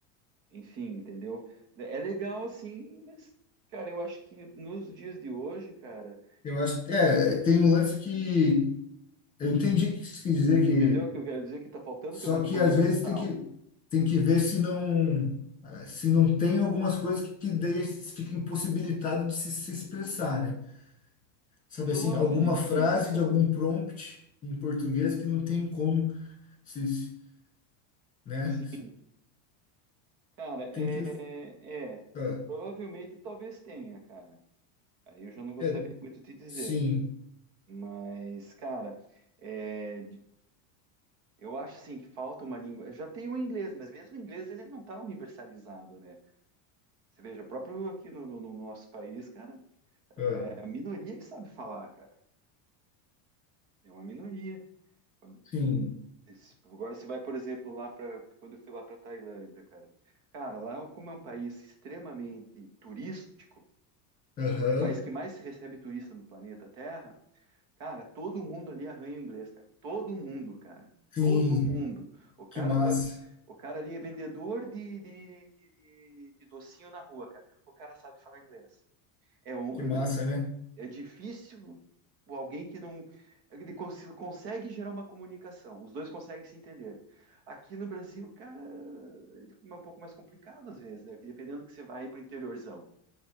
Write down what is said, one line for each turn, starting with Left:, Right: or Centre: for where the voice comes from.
Right: enfim, entendeu? É legal assim, mas, cara, eu acho que nos dias de hoje, cara,
Left: Eu acho, é, tem um lance que eu entendi o que isso quis dizer que
Right: entendeu o que eu quero dizer? Que tá faltando
Left: só
Right: ter uma língua
Left: que às
Right: universal.
Left: vezes tem que tem que ver se não se não tem algumas coisas que, que daí fica impossibilitado de se, se expressar, né? Sabe
Right: Eu
Left: assim,
Right: acho
Left: alguma
Right: difícil,
Left: frase
Right: cara.
Left: de algum prompt em português que não tem como se, se- né?
Right: Sim, cara,
Left: Tem
Right: é,
Left: que
Right: é,
Left: ah,
Right: provavelmente talvez tenha, cara. Aí eu já não vou
Left: é,
Right: saber muito te dizer.
Left: sim,
Right: Mas, cara, é, de- eu acho assim que falta uma língua. Já tem o inglês, mas mesmo o inglês ele não está universalizado, né? Você veja, próprio aqui no, no- no nosso país, cara,
Left: ah,
Right: é a minoria que sabe falar, cara. É uma minoria. Quando-
Left: sim,
Right: esse- Agora você vai, por exemplo, lá para quando eu fui lá para Tailândia, cara. Cara, lá como é um país extremamente turístico,
Left: aham,
Right: o país que mais recebe turista no planeta Terra. Cara, todo mundo ali arranha o inglês, cara. Todo mundo, cara.
Left: sim,
Right: Todo mundo. O cara
Left: que massa,
Right: pode. O cara ali é vendedor de, de, de- de docinho na rua, cara. O cara sabe falar inglês. É, o-
Left: que massa, né?
Right: é difícil o alguém que não. Ele cons- consegue gerar uma comunicação. Os dois conseguem se entender. Aqui no Brasil, cara, é um pouco mais complicado às vezes, né? Porque dependendo que você vai para o interiorzão,